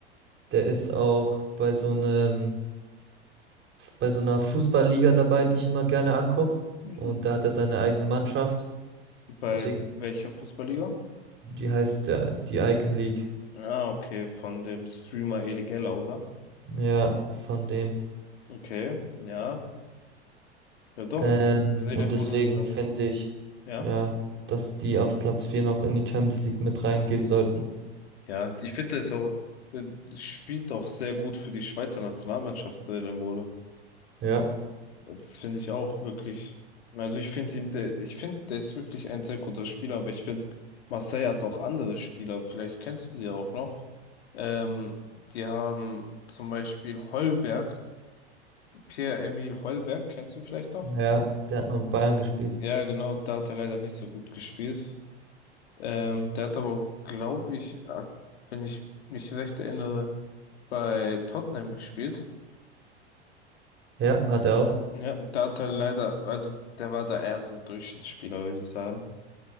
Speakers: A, on the right; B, on the left.
A: der ist auch bei so einem, bei so einer Fußballliga dabei, die ich immer gerne angucke.
B: Mhm.
A: Und da hat er seine eigene Mannschaft.
B: Bei
A: Deswegen,
B: welcher Fußballliga?
A: die heißt ja die Icon League.
B: Ah, okay, von dem Streamer Elie oder?
A: Ja, von dem.
B: Okay, ja. Ja doch.
A: Ähm,
B: Breel
A: und
B: Ombolo
A: deswegen
B: ist ja auch
A: finde
B: ein,
A: ich,
B: ja.
A: ja, dass die auf Platz 4 noch in die Champions League mit reingehen sollten.
B: Ja, ich finde es auch, äh, spielt auch sehr gut für die Schweizer Nationalmannschaft, Mbolo.
A: Ja,
B: Das finde ich auch wirklich. Also ich finde ihn, der, ich finde, der ist wirklich ein sehr guter Spieler, aber ich finde, Marseille hat auch andere Spieler, vielleicht kennst du die auch noch. Ähm, die haben zum Beispiel Holberg, Pierre-Emile Holberg, kennst du ihn vielleicht noch?
A: ja, der hat mal bei Bayern gespielt.
B: Ja, genau, da hat er leider nicht so gut gespielt. Ähm, der hat aber, glaube ich, äh, wenn ich mich recht erinnere, bei Tottenham gespielt.
A: Ja, hat er auch.
B: Ja, und da hat er leider, also der war da eher so ein Durchschnittsspieler, würde ich sagen.